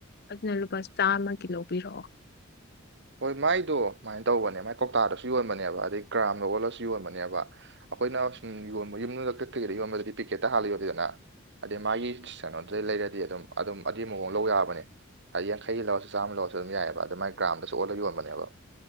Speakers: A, on the left; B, on the right.
A: ꯑꯗꯨꯅ ꯂꯨꯄꯥ ꯆꯥꯝꯃꯒꯤ ꯂꯧꯕꯤꯔꯛꯑꯣ
B: ꯍꯣꯏ ꯃꯥꯏꯗꯣ ꯃꯥꯏꯟ ꯇꯧꯕꯅꯦ ꯃꯥꯏ ꯀꯧꯇꯥꯗꯁꯨ ꯌꯣꯟꯕꯅꯦꯕ ꯑꯗꯩ ꯒ꯭ꯔꯥꯝꯗ ꯑꯣꯜꯂꯁꯨ ꯌꯣꯟꯕꯅꯦꯕ ꯑꯩꯈꯣꯏꯅ ꯁꯨꯝ ꯌꯣꯟꯕ ꯌꯨꯝꯂꯛꯀ ꯀꯩꯗ ꯌꯣꯟꯕꯗꯗꯤ ꯄꯤꯀꯦꯠꯇ ꯍꯥꯜꯂ ꯌꯣꯂꯤꯗꯅ ꯑꯗꯩ ꯃꯥꯒꯤ ꯀꯩꯅꯣꯗꯨꯗꯩ ꯂꯩꯔꯗꯤ ꯑꯗꯨꯝ ꯑꯗꯨꯝ ꯑꯗꯤ ꯃꯑꯣꯡ ꯂꯧ ꯌꯥꯕꯅꯦ ꯍꯥꯏꯗꯤ ꯌꯥꯡꯈꯩꯒꯤ ꯂꯧꯔꯁꯨ ꯆꯥꯝ ꯂꯧꯔꯁꯨ ꯑꯗꯨꯝ ꯌꯥꯑꯦꯕ ꯑꯗꯨ ꯃꯥꯏ ꯒ꯭ꯔꯥꯝꯗ ꯁꯨ ꯑꯣꯟꯂ ꯌꯣꯟꯕꯅꯦꯕ